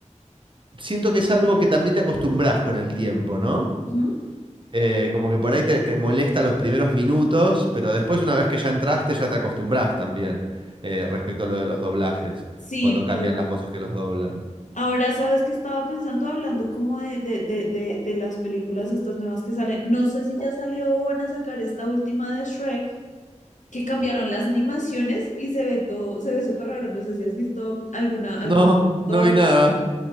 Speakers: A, on the right (about 40°); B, on the left (about 80°).
A: siento que es algo que también te acostumbras con el tiempo, ¿no?
B: Ujú.
A: Eh, como que por ahí te, te molesta los primeros minutos, pero después una vez que ya entraste ya te acostumbras también eh, respecto a lo de los doblajes,
B: Sí,
A: cuando cambian
B: pues.
A: las voces que los doblan.
B: Ahora, ¿sabes que estaba pensando hablando como de, de, de, de, de las películas estas nuevas que salen? No sé si ya salió o van a sacar esta última de Shrek, que cambiaron las animaciones y se ve todo, se ve súper raro. No sé si has visto alguna, alguna
A: No, no
B: o
A: vi
B: algo.
A: nada.